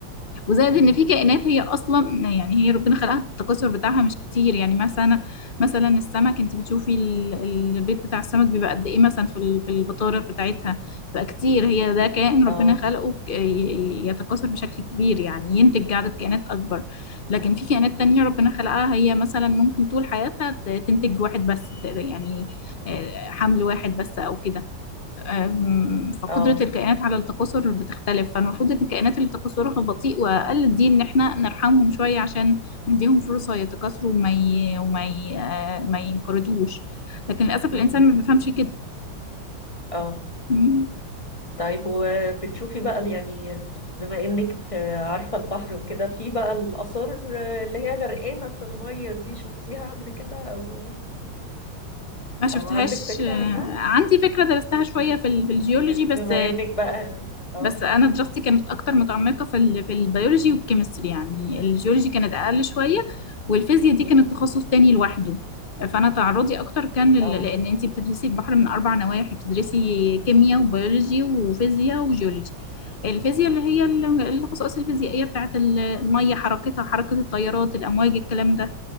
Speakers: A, on the left (about 85°); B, on the left (about 15°).
A: وزائد
B: مم.
A: ان في كائنات هي اصلا يعني هي ربنا خلقها التكاثر بتاعها مش كتير يعني مثلا مثلا السمك انت بتشوفي ال- البيض بتاع السمك بيبقى قد ايه مثلا في ال- في البطارخ بتاعتها بقى كتير هي ده كائن
B: اه
A: ربنا خلقه ك- ي- يتكاثر بشكل كبير يعني ينتج عدد كائنات اكبر لكن في كائنات تانية ربنا خلقها هي مثلا ممكن طول حياتها ت- تنتج واحد بس ت- يعني آه، حمل واحد بس او كده أم، فقدرة
B: اه
A: الكائنات على التكاثر بتختلف فالمفروض ان الكائنات اللي تكاثرها بطيء وأقل دي ان احنا نرحمهم شوية عشان نديهم فرصة يتكاثروا وما ي... وما ي... آه، ما ينقرضوش لكن للأسف
B: مم.
A: الإنسان ما بيفهمش كده
B: اه
A: مم.
B: طيب وبتشوفي بقى يعني بما إنك عارفة البحر وكده في بقى الآثار اللي هي غرقانة في المية دي شفتيها قبل كده أو
A: ما شفتهاش
B: أو عندك فكرة
A: آه،
B: عنها
A: عندي فكرة درستها شوية في, ال... في الجيولوجي
B: يعني
A: بس
B: بما إنك بقى اه
A: بس انا دراستي كانت اكتر متعمقه في ال... في البيولوجي والكيمستري يعني الجيولوجي كانت اقل شويه والفيزياء دي
B: مم.
A: كانت تخصص تاني لوحده فانا تعرضي اكتر كان ل...
B: اه
A: لان انت بتدرسي البحر من اربع نواحي بتدرسي كيمياء وبيولوجي وفيزياء وجيولوجي الفيزياء اللي هي ال- الخصائص الفيزيائيه بتاعت ال- الميه حركتها حركه التيارات الامواج الكلام ده